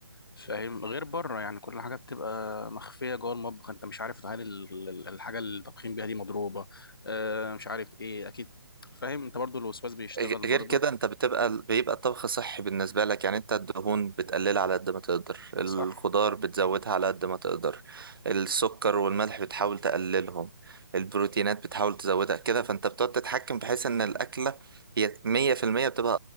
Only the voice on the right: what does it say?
غ-
غير كده انت بتبقى بيبقى الطبخ صحي بالنسبة لك يعني انت الدهون بتقللها على قد ما تقدر الخضار
بتزودها على قد ما تقدر السكر والملح بتحاول تقللهم البروتينات بتحاول تزودها كده فانت بتقعد تتحكم بحيث ان الأكلة هي مية في المية بتبقى